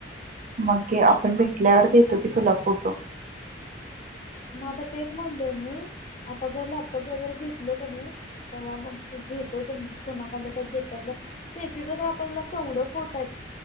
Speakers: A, on the right; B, on the left.
A: मग घे आपण भेटल्यावर देतो की तुला फोटो.
B: मग आता तेच म्हणलोय मी आता जर लॅपटॉप वगैरे घेतलो कनी तेव्हा मग घेतो तुम कुणाकड तर ज्याच्याकड स्टेफीकडे तर आपल्याला केवढं फोटो आहेत.